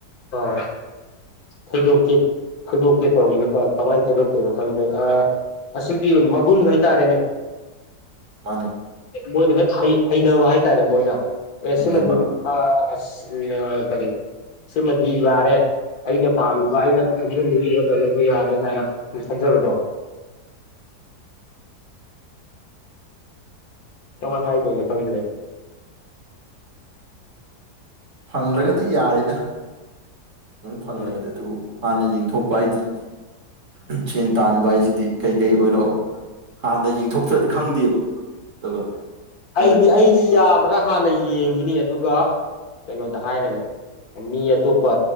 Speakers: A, on the left; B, on the right.
A: ꯑꯥ ꯊꯩꯗꯣꯛꯀꯦ ꯊꯩꯗꯣꯛꯀꯦ ꯇꯧꯕꯅꯦ ꯇꯥ ꯀꯝꯃꯥꯏ ꯊꯩꯗꯣꯛꯇꯣꯏꯅꯣ ꯈꯪꯗꯦ ꯑ ꯑꯁꯤꯒꯤ ꯃꯒꯨꯟ ꯍꯥꯏꯇꯥꯔꯦꯅꯦ
B: ꯃꯥꯟꯅꯦ
A: ꯃꯣꯏꯅ <unintelligible> ꯍꯩꯅꯕ ꯍꯥꯏꯇꯥꯔꯦ ꯃꯣꯏꯅ ꯑꯦ
B: ꯍꯩꯅꯕ
A: ꯁꯤꯃꯗꯤ ꯑ <unintelligible> ꯀꯔꯤ ꯁꯤꯃꯗꯤ ꯌꯥꯔꯦ ꯑꯩꯅ ꯄꯥꯝꯃꯤꯕ ꯑꯩꯅ ꯈꯣꯝꯖꯟꯅꯤꯡꯉꯤꯕ <unintelligible> ꯌꯥꯔꯦ ꯍꯥꯏꯅ <unintelligible> ꯈꯟꯖꯕꯗꯣ ꯀꯃꯥꯢ ꯈꯥꯏꯗꯣꯢꯅꯣ ꯈꯪꯗ꯭ꯔꯦ
B: ꯐꯪꯂꯒꯗꯤ ꯌꯥꯔꯤꯗ ꯐꯪꯂꯒꯗꯤ
A: ꯎꯝ
B: ꯑꯗꯨꯕꯨ ꯍꯥꯟꯅ ꯌꯦꯡꯊꯣꯛꯄ ꯍꯥꯏꯗꯤ ꯁꯦꯟ ꯇꯥꯟꯕ ꯍꯥꯏꯁꯤꯗꯤ ꯀꯩꯀꯩ ꯑꯣꯏꯔꯣ ꯍꯥꯟꯅ ꯌꯦꯡꯊꯣꯛꯇ꯭ꯔꯗꯤ ꯈꯪꯗꯦꯕ ꯑꯗꯨꯒ ꯑꯩꯈꯣꯏꯅ
A: ꯑꯩꯗꯤ ꯑꯩꯗꯤ ꯌꯥꯕ꯭ꯔꯥ ꯍꯥꯟꯅ ꯌꯦꯡꯈꯤꯅꯤ ꯑꯗꯨꯒ ꯀꯩꯅꯣꯗ ꯍꯥꯏꯔꯅꯤ ꯃꯤ ꯑꯇꯣꯞꯄ